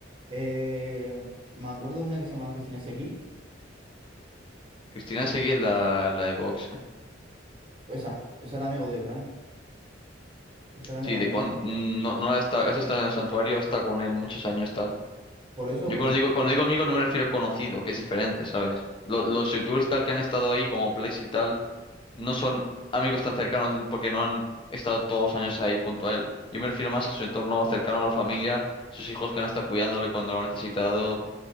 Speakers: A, on the right; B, on the left.
A: Eh, me acuerdo de una que se llama Cristina Seguí,
B: Cristina Seguí es la, la de Vox.
A: esa, esa era amigo de Frank, esa era amiga
B: Sí, de
A: de Frank.
B: cuando
A: y
B: no, no está, eso está en el santuario, está con él muchos años tal.
A: Por eso,
B: Yo
A: pues,
B: cuando digo, cuando digo amigo no me refiero a conocido, que es diferente, ¿sabes? Lo- los youtubers y tal que han estado ahí, como Plex y tal, no son amigos tan cercanos porque no han estado todos los años ahí junto a él. Yo me refiero más a su entorno cercano a la familia, sus hijos que han estado cuidándole cuando lo han necesitado,